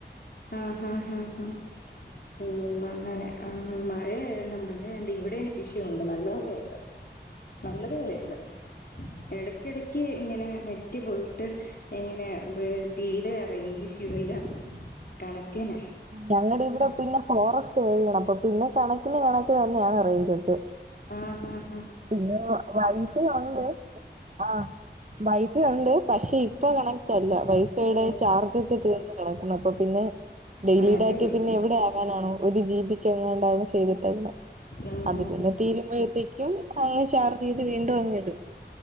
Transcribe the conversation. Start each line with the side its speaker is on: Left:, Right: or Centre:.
Left: ആഹ് ഹാ ഹാ ഹാ ഹാ ഓ.. അങ്ങനെ ആ മഴയായോണ്ട മഴയായോണ്ട് ഇവിടെയും നെറ്റിഷ്യു ണ്ട് നല്ലോം കേക്ക നല്ലതു വലയുണ്ട്. എടകക്കെടക്ക് ഇങ്ങനെ നെറ്റ് പോയിട്ട്. എങ്ങനെ ബ് തീരെ റേഞ്ച് ഇഷ്യൂ എല്ലാം. കണക്കന്നെ.
Right: ഞങ്ങടെ ഇവിടെ പിന്നെ ഫോറസ്റ്റ് ഏരിയാണ്, അപ്പൊ പിന്നെ കണക്കിന് കണക്ക് തന്നെയാണ് റൈഞ്ചക്കെ.
Left: ആഹ് ഹാ ഹാ
Right: പിന്നെ വൈഫൈ ഒണ്ട് ആ വൈഫൈ ഉണ്ട് പക്ഷെ ഇപ്. ഇപ്പ കണക്ടല്ല. വൈഫൈയുടെ
Left: ഓ
Right: ചാർജൊക്കെ തീർന്ന് കടക്കണപ്പൊ പിന്നെ ഡെയിലി
Left: ആ അടിപൊളി
Right: ഡാറ്റ പിന്നെ എവിടെ ആവാനാണോ ഒരു ജീബിക്ക് എങ്ങാണ്ടാണ് ചെയ്തിട്ടെക്കണേ
Left: ആഹ്
Right: അത് പിന്നെ തീൽ മെഴുത്തിക്കും അ ചാർജെയ്ത് വീണ്ടുഅങ്ങിടും